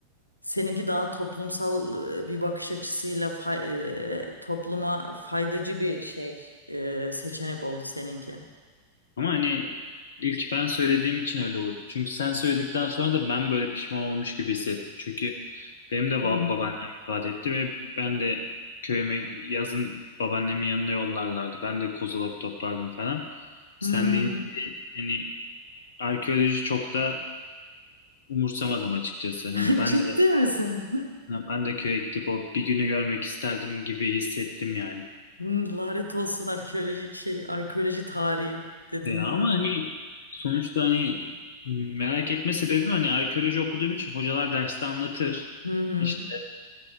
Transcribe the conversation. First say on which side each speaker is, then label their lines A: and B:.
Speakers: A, on the left (about 85°); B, on the left (about 60°).
A: Seninki daha toplumsal e, bir bakış açısıyla fa- e, topluma faydacı bir şey e, seçenek oldu seninki.
B: Ama hani ilk ben söylediğim için öyle olabilir. Çünkü sen söyledikten sonra da ben böyle pişman olmuş gibi hissettim. Çünkü benim de va-
A: Hı hı.
B: babaannem ifade etti ve ben de köyüme yazın babaannemin yanına yollarlardı. Ben de kozalak toplardım falan.
A: Hmm.
B: Sen deyince bir hani arkeoloji çok da umursamadım açıkçası. Hani
A: <laughs>
B: ben
A: Ciddi
B: de
A: misin?
B: ben de köye gidip o bir günü görmek isterdim gibi hissettim yani.
A: Hmm, Lanet olsun arkeolojik şey, arkeoloji tarihi dedin
B: E, ama
A: değil mi?
B: hani sonuçta hani merak etme sebebim hani arkeoloji okuduğum için hocalar derste anlatır.
A: Hı hı.
B: İşte